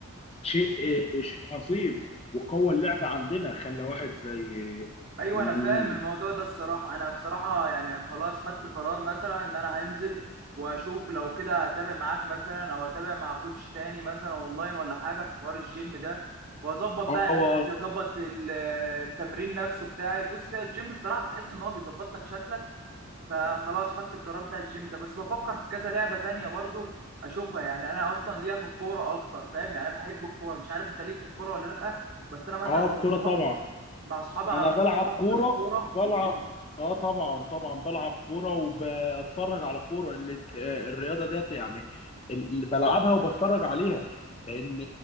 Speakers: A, on the left; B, on the right.
A: شيء شيء عظيم وقوى اللعبه عندنا خلى واحد زي
B: ايوه
A: مم،
B: انا فاهم الموضوع ده الصراحه انا بصراحه يعني خلاص خدت قرار مثلا ان انا هنزل واشوف لو كده هتابع معاك مثلا او اتابع مع كوتش تاني مثلا اونلاين ولا حاجه في حوار الجيم ده واظبط
A: اه
B: بقى اكلي
A: و-
B: اظبط ال- التمرين نفسه بتاعي بص هي الجيم الصراحه بحس ان هو بيظبط لك شكلك فخلاص خدت القرار بتاع الجيم ده بس بفكر في كذا لعبة تانية برضو اشوفها يعني انا اصلا ليا في الكورة اكتر فاهم يعني انا بحب الكورة مش عارف انت ليك في الكورة ولا لا بس انا مثلا
A: اه
B: مع
A: الكوره طبعا
B: اصحابي مع أصحابي على
A: انا
B: طول
A: بلعب
B: بحجز
A: كوره
B: كورة
A: بلعب
B: وكده
A: اه طبعا طبعا بلعب كوره وبتفرج على كوره اللي آه، الرياضه ديت يعني اللي بلعبها وبتفرج عليها لان